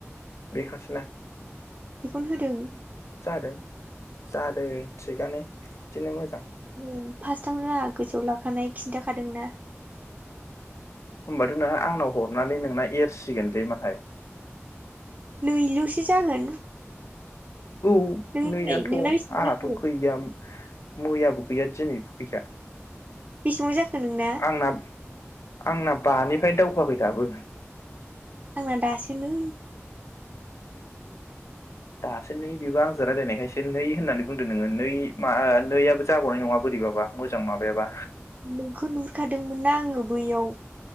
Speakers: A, on the left; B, on the right.
A: बे खासो ना।
B: बेखौनो होदों।
A: जादों जादों थिगानो बिदिनो मोजां।
B: उम फास्थ आग गोसोआव लाखानाय खिन्थाखादोंना।
A: होनबाथ नोंहा आंनाव हरनानै नोंना एरसिगोनलै माहाय
B: नैलुसो जागोन।
A: औ
B: नोंनालाय
A: नैयानथ
B: नोंना बेसेबां
A: आंहाथ
B: जाखो
A: गैयाम मैयाबु गैया दिनैबो गैया।
B: बेसेबां जाखो नोंना
A: आंना आंना बानि फाय दावखो आखै दाबो।
B: आंना दासो नै।
A: दासो नै बेबो आंजों रायज्लायनायखायसो नै होननानै बुंदो नोङो नै मा ओ नैयाबो जाबावनाय नङा बोरिबाबा मोजां माबायाबा
B: नोंखौ नुहुरखादोंमोन ना आङो बैयाव